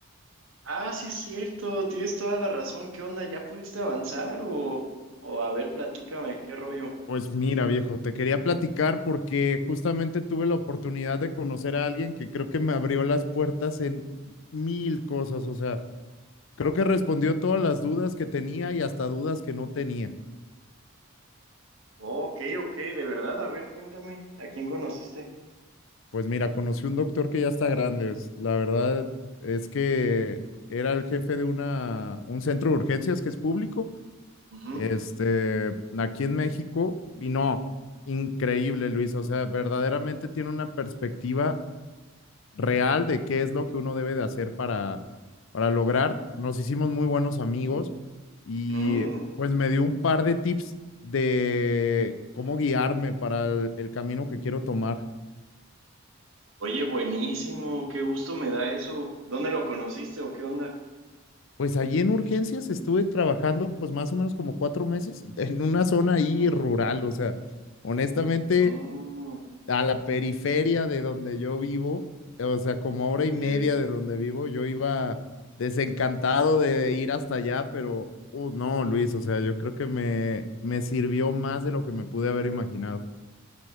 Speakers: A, on the right; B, on the left.
A: Ah, sí, es cierto, tienes toda la razón. ¿Qué onda? ¿Ya pudiste avanzar? O, o a ver, platícame, ¿qué rollo?
B: Pues mira, viejo, te quería platicar porque justamente tuve la oportunidad de conocer a alguien que creo que me abrió las puertas en mil cosas, o sea. Creo
A: Ujú.
B: que respondió todas las dudas que tenía y hasta dudas que no tenía.
A: Oh, ok, ok, de verdad, a ver, cuéntame, ¿a quién conociste?
B: Pues mira, conocí un doctor que ya está grande. es- La verdad es que era el jefe de una, un centro de urgencias que es público,
A: Ujú.
B: este, aquí en México. Y no, increíble, Luis. O sea, verdaderamente tiene una perspectiva real de qué es lo que uno debe de hacer para, para lograr. Nos hicimos muy buenos amigos y
A: Mm,
B: pues me dio un par de tips de cómo guiarme para el, el camino que quiero tomar.
A: Oye, buenísimo, qué gusto me da eso. ¿Dónde lo conociste o qué onda?
B: Pues allí en urgencias estuve trabajando pues más o menos como cuatro meses en una zona ahí
A: Ujú.
B: rural, o sea, honestamente
A: Mm,
B: a la periferia de donde yo vivo, o sea, como a hora y media
A: sí.
B: de donde vivo, yo iba desencantado de ir hasta allá, pero uh, no, Luis, o sea, yo creo que me, me sirvió más de lo que me pude haber imaginado.